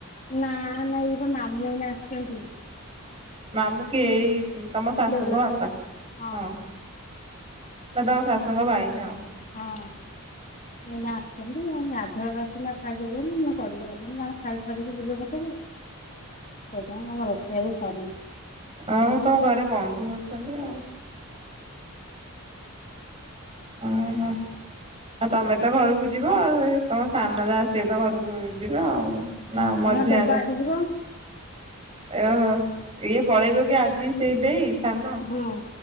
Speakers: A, on the left; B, on the right.
A: ନାଁ ନଁଇ ମାମୁଁ ଆଇନା ଆସିଚନ୍ତି।
B: ମାମୁଁ କିଏ? ଏଇ ତମ ଶାଶୁଙ୍କ
A: ବେଲବାଳି
B: ବାପା।
A: ହଁ
B: ଦାଦାଙ୍କ ଶାଶୁଙ୍କ ଭାଇ। ହଁ।
A: ହଁ। ଆଇନା ଆସିଚନ୍ତି। ଗାଧୁଆକୁ ଆସିଲେ ଖାଇକି <unintelligible> ଖାଇସାରିକି ଯିବେ ପଛକେ। <unintelligible> ରୋଷଇବାସ ସରିନି।
B: ଆଉ ତମ ଘରେ ବନ୍ଧୁ ଅଛନ୍ତି ଆଉ। ଅ ହଁ। ଆଉ ତମେ ତ ଘରକୁ ଯିବ। ତମ ସାନ ଯାଆ ସିଏ ତ ଘରକୁ ଯିବେ ଆଉ।
A: ହଁ।
B: ନା ମଝିଆ ୟ ହ ଇଏ ପଳେଇବେକି ଆଜି ସେ ଦେଇ ସାନ।
A: ହଁ